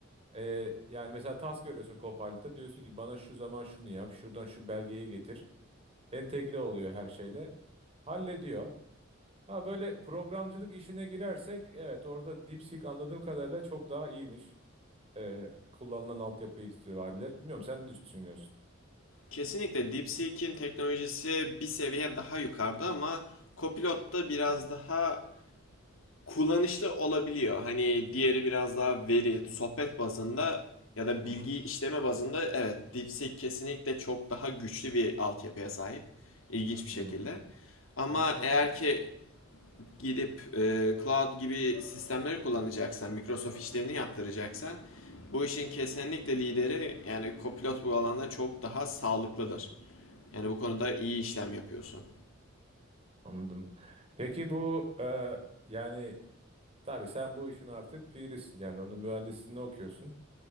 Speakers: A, on the right; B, on the left.
A: Ee, yani mesela task veriyorsun Copilot'a diyorsun ki bana şu zaman şunu yap, şuradan şu belgeyi getir. Entegre oluyor her şeyle. Hallediyor. Ha böyle programcılık işine girersek evet orada DeepSeek anladığım kadarıyla çok daha iyiymiş. e, kullanılan altyapı itibariyle. Bilmiyorum sen ne düşünüyorsun?
B: Kesinlikle DeepSeek'in teknolojisi bir seviye daha yukarıda ama Copilot da biraz
A: Hı
B: daha kullanışlı olabiliyor. Hani diğeri biraz daha veri, sohbet bazında ya da
A: hı.
B: bilgi
A: hı.
B: işleme bazında evet DeepSeek kesinlikle çok daha güçlü bir altyapıya sahip. İlginç bir şekilde.
A: Hmm,
B: Ama
A: Enteresanmış.
B: eğer ki gidip e, cloud gibi sistemleri kullanacaksan, Microsoft işlerini yaptıracaksan bu işin kesinlikle lideri yani Copilot bu alanda çok daha sağlıklıdır. Yani bu konuda iyi işlem yapıyorsun.
A: Anladım. Peki bu e, yani tabii sen bu işin artık pirisin. Yani onun mühendisliğini okuyorsun.